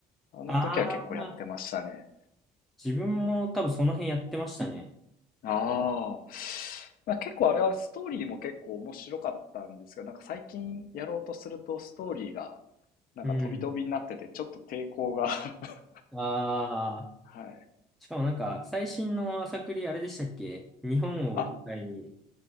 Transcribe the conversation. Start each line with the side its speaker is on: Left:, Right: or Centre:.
Left: あの時は結構やってましたね。
Centre: ああ、自分も多分その辺やってましたね。
Left: ああ。まあ、結構あれはストーリーも結構面白かったんですが、なんか最近やろうとするとストーリーがなんか飛び飛びになってて、
Centre: うん。
Left: ちょっと抵抗が <laughs>
Centre: ああ、
Left: はい。
Centre: しかもなんか、最新の朝栗あれでしたっけ日本を舞台に
Left: あ、